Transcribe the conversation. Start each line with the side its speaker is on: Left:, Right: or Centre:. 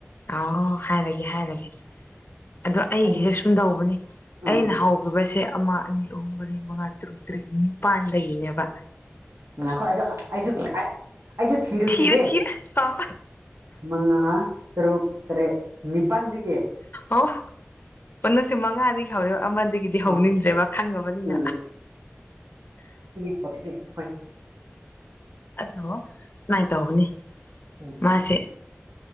Left: ꯑ ꯈꯥꯏ ꯂꯒꯦ ꯈꯥꯏ ꯂꯒꯦ ꯑꯗꯣ ꯑꯩꯒꯤꯁꯦ
Right: ꯍꯥꯏꯖꯤ
Left: ꯁꯨꯝꯗꯧꯕꯅꯤ
Right: ꯎꯝ
Left: ꯑꯩꯅ
Right: ꯎꯝ ꯎꯝ
Left: ꯍꯧꯈꯤꯕꯁꯦ ꯑꯃ ꯑꯅꯤ ꯑꯍꯨꯝ ꯃꯔꯤ ꯃꯉꯥꯅꯤ ꯎ ꯎꯛꯇꯔ ꯏꯄꯥꯥꯟꯗ ꯏꯅꯕ
Right: ꯈꯣ ꯑꯩꯁꯨ ꯑꯩꯁꯨ ꯑꯩꯁꯨ ꯊꯤꯔꯨꯈꯤꯒꯦ
Left: ꯊꯤꯌꯨ ꯊꯤꯌꯨ ꯑꯣ
Right: ꯃꯉꯔꯣ ꯇꯔꯦ ꯅꯤꯡꯅꯤꯄꯥꯟꯗꯒ
Left: ꯑꯣ ꯎꯁꯤ ꯃꯉꯥꯗꯒꯤ ꯍꯧꯔꯦ ꯑꯃ ꯁꯤꯒꯤꯗꯤ ꯍꯧꯅꯤꯡꯗ꯭ꯔꯦꯕ
Right: ꯑꯥ
Left: ꯈꯪꯉꯕꯅꯤꯅ
Right: ꯎꯝ ꯁꯣꯏ
Left: ꯑꯗꯣ ꯁꯨꯃꯥꯏꯅ ꯇꯧꯕꯅꯤ
Right: ꯎꯝ
Left: ꯃꯥꯁꯦ